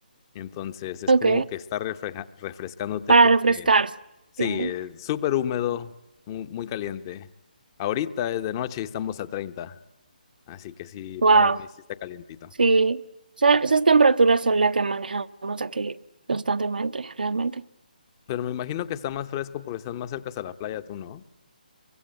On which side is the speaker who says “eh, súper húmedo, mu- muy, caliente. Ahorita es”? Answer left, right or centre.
Left